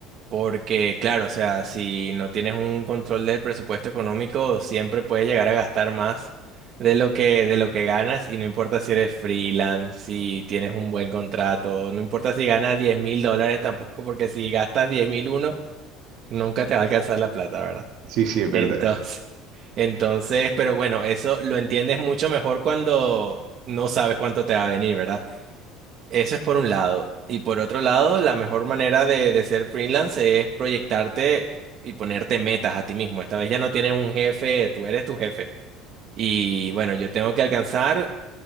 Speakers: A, on the right (about 40°); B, on the right (about 60°).
A: Porque, claro, o sea, si no tienes un control del presupuesto económico, siempre puedes llegar a gastar más de lo que, de lo que ganas, y no importa si eres freelance, si tienes un buen contrato, no importa si ganas diez mil dólares tampoco, porque si gastas diez mil uno, nunca te va a alcanzar la plata, ¿verdad?
B: Sí, sí, es
A: Entonces,
B: verdad.
A: <laughs> entonces, pero bueno, eso lo entiendes mucho mejor cuando no sabes cuánto te va a venir, ¿verdad? Eso es por un lado. Y por otro lado, la mejor manera de, de ser freelance es proyectarte y ponerte metas a ti mismo. Esta vez ya no tienes un jefe, tú eres tu jefe. Y bueno, yo tengo que alcanzar